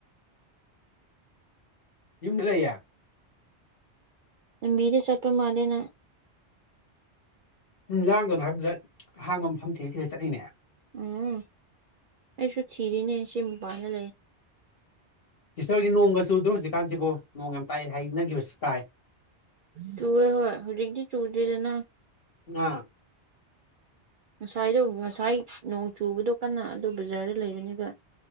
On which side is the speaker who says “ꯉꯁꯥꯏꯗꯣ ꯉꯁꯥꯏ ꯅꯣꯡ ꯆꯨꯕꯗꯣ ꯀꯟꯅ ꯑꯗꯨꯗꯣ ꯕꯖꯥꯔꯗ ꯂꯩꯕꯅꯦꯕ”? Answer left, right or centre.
Right